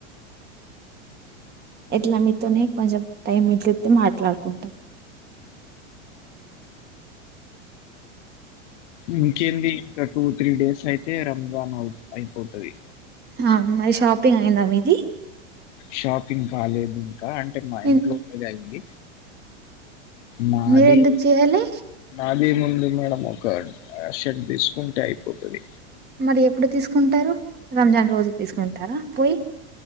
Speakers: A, on the right; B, on the left.
A: ఎట్లా మీతోనే కొంచెం టైం మిగిలితే మాట్లాడుకుంటాం
B: ఇంకేంది ఇంకా టూ త్రీ డేస్ అయితే రంజాన్ అవు అయిపోతుది
A: ఆ మరి షాపింగ్ అయిందా మిది
B: షాపింగ్ కాలేదు ఇంకా అంటే మా
A: ఎన్
B: ఇంట్లోనేది అయింది మాది
A: మీరెందుకు చేయాలి?
B: అదే ముందు మేడం ఒక షర్ట్ తీసుకుంటే అయిపోతుంది
A: మరి ఎప్పుడు తీసుకుంటారు రంజాన్ రోజు తీసుకుంటారా పోయి